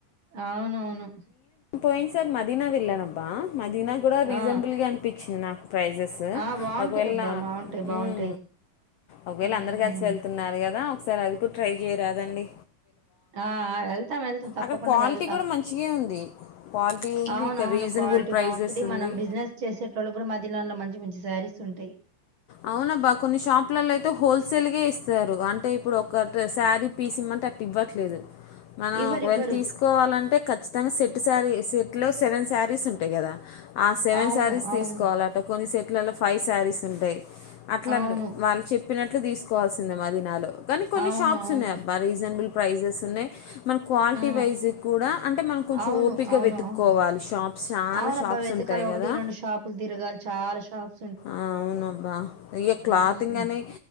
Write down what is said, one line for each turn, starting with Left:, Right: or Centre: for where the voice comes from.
Right: అవునవును
Left: పోయిన్సారీ మదీనా వెళ్ళానబ్బా మదీనా కూడా రీజనబుల్గా
Right: ఆ!
Left: అనిపించింది ప్రైజెస్
Right: ఆ! బావుంటదబ్బా!
Left: ఒకవెళ్ళ
Right: బావుంటాయి. బావుంటాయి.
Left: మ్ ఒకవేళ
Right: హ్మ్.
Left: అందరు కలిసి వెళ్తున్నారు కదా ఒకసారి అది కూడా ట్రై చేయ్యరాదండి
Right: ఆ వెళ్తాం వెళ్తాం తప్పకుండా
Left: అక్కడ క్వాలిటీ
Right: వెళ్తాం
Left: కూడా మంచిగా ఉంది క్వాలిటీ ఉంది
Right: అవునవును
Left: ఇక్కడ రీజనబుల్
Right: క్వాలిటీ
Left: ప్రైజెస్
Right: బాగుంటది
Left: ఉంది
Right: మనం బిజినెస్ చేసేటోళ్ళకూడా మధీనాలో మంచి మ చి సారీస్ ఉంటయి
Left: అవునబ్బా కొన్ని షాపులలో అయితే హోల్సేల్గా ఇస్తారు అంటే ఇప్పుడు ఒక డ్రశారీ పీసిమ్మంటే అట్ ఇవ్వట్లేదు మనం
Right: ఇవ్వరివ్వరు.
Left: ఒకవేళ తీసుకోవాలంటే ఖచ్చితంగా సెట్టు సారి సెట్లో సెవెన్ శారీస్ ఉంటాయి కదా ఆ సెవెన్
Right: అవును.
Left: శారీస్
Right: అవును.
Left: తీసుకోవాల అట్ట కొన్ని సెట్లలో ఫైవ్ శారీస్ ఉంటాయి అట్లా
Right: అవును.
Left: వాళ్ళు చెప్పినట్లు తీసుకోవాల్సిందే మ దీనాలో కానీ కొన్ని
Right: అవును.
Left: షాప్స్
Right: అవును.
Left: ఉన్నాయబ్బ రీజనబుల్ ప్రైజెస్ ఉన్నాయి మన క్వాల్
Right: ఆ!
Left: వైజు కూడా అంటే మనం కొంచెం
Right: అవును.
Left: ఓపగా
Right: అవును.
Left: వెతుక్కోవాలి
Right: అవును.
Left: షాప్స్ చాలా
Right: అవునబ్బా!
Left: షాప్స్
Right: వెతకాలి.
Left: ఉంటాయి కదా
Right: షాపులు తిరగా ఛాల షాపు
Left: అవున అబ్బా ఇక క్లాతింగ్
Right: హ్మ్.
Left: అని